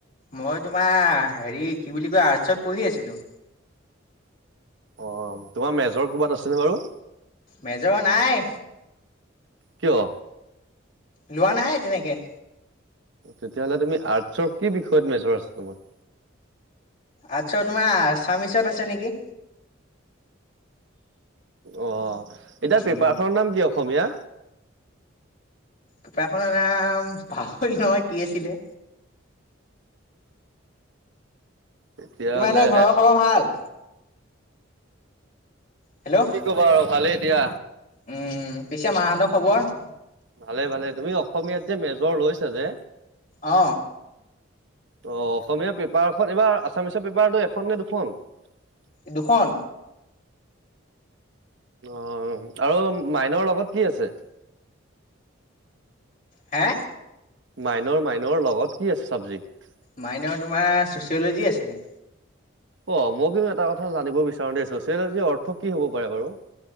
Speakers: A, on the left (about 40°); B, on the right (about 65°).
A: মই তোমাৰ হেৰি কি বুলি কয় আৰ্টছত পঢ়ি আছিলো।
B: অ তোমাৰ মেজৰ ক'ৰবাত আছেনে বাৰু।
A: মেজৰ নাই।
B: কিয়।
A: লোৱা নাই তেনেকে।
B: তেতিয়াহ'লে তুমি আৰ্টচৰ কি বিষয়ত মেজৰ আছ ।
A: আচছা তোমাৰ আসামিচ আছে নেকি।
B: অ এতিয়া পেপাৰ
A: উম।
B: খনৰ নাম কি। অসমীয়া।
A: পেপাৰখনৰ নাম পাহৰিলো নহয় কি আছিলে।
B: তেতিয়াহ'লে
A: তোমাৰ এনে ঘৰৰ খবৰ ভাল। হেল্ল'
B: কি ক'বা আৰু ভালেই। দিয়া
A: উম পিছে মাহতৰ খবৰ।
B: ভালে ভালে তুমি অসমীয়াত মেজৰ লৈছো যে।
A: অ
B: ত' অসমীয়া পেপাৰ। এ এইবাৰ আসামীয়া পেপাৰটো এখন নে দুখন। <unintelligible>
A: দুখন
B: অ আৰু মাইনৰ লগত। কি আছে।
A: হে
B: মাইনৰ মাইনৰ লগত কি আছে চাবজেক্ট।
A: মাইনে তোমাৰ ছচিয়লজি আছিলে।
B: অ মই কিন্তু এটা কথা জানিব বিচাৰো দেই চচিয়লজিৰ অৰ্থ কি হব পাৰে বাৰু।